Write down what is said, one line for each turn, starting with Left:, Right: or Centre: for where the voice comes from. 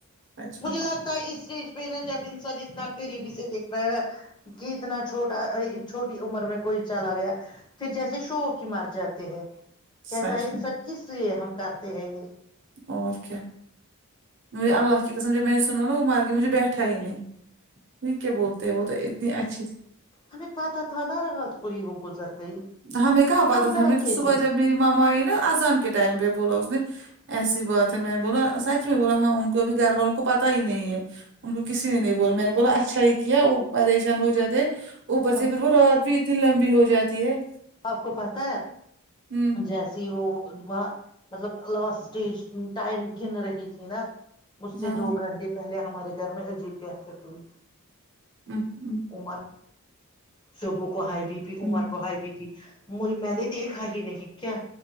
Right: اچھا
Left: مجھے لگتا ہے اس اسٹیج پہ نا جب انسان اتنا قریبی سے دیکھ پا نا کہ اتنا چھوٹا چھوٹی عمر میں کوئی چلا گیا پھر جیسے شو کی مار جاتے ہیں کہتا
Right: سچ
Left: ہے انسب
Right: میں
Left: کس لیے ہم کرتے ہیں یہ
Right: اور کیا مے اللہ کے قسم جوب میں نے سنا نا وہ مار گیا مجھے بیٹھا ہی نہیں ھی کیا بولتے ہیں وہ تو اتنی اچھی تھی
Left: ابھی پاتہ تھا نہ رہا کوئی وہ گزر گئی
Right: ہمیں کہاں پتاہ تھا
Left: بیٹھے
Right: ہم نے پھر صبح
Left: تھے
Right: جب میری ماما آئی نا اذان کے ٹائم پہ بولا اس نے ایسی بات ہے میں نے بولا سچ میں بولا ہاں ان کو بھیب گھر والوں کو پتا ہی نہیں ہے ان کو کسی نے نہیں بولا میں نے بولا اچھا ہی کیا وہ پریشان ہو جاتا اوپر
Left: ہم
Right: سے پھر وہ رات بھی اتنی لمبی ہو جاتی ہے
Left: آپ کو پتا ہے
Right: ہوں
Left: جیسی وہ وہ مطلب لاسٹٹیج ٹائم گن رہی تھی نا اس سے
Right: ہاں
Left: دو گھنٹے پہلے ہمارے گھر میں عجیب کی اثت ہوئی
Right: ہوں ہوں
Left: امر سبو کو ہائی بی پی
Right: ہوں
Left: عمر کو ہائی بی پی میں نے دیکھا ہی نہیں کیا